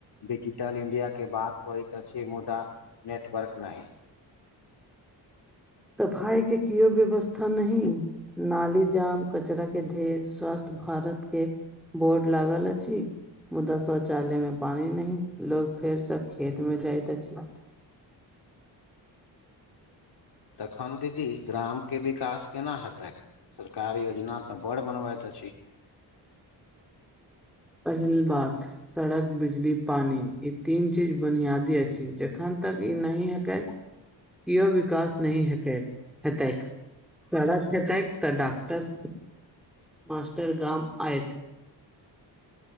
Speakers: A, on the left; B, in the centre.
A: डिजिटल इंडिया के बात होइत अछि मुदा नेटवर्क नहि।
B: सफाई के कियो व्यवस्था नहि नाली जाम। कचरा के ढ़ेर स्वास्थ्य भारत के बोर्ड लागल अछि। मुदा शौचालय में पानि नहि लोग फेर सब खेत मे जाइत अछि।
A: तखन दीदी ग्राम के विकास केना हेतैक? सरकार योजना तऽ बड़ बनबैत अछि।
B: पहिल बात सड़क, बिजली, पानी। ई तीन चीज बुनियादी अछि। जखन तक ई नहि हेकैत। इहो विकास नहि हेकैत हेतैक। सड़क हेतैक तऽ डॉक्टर। मास्टर गाम आयत।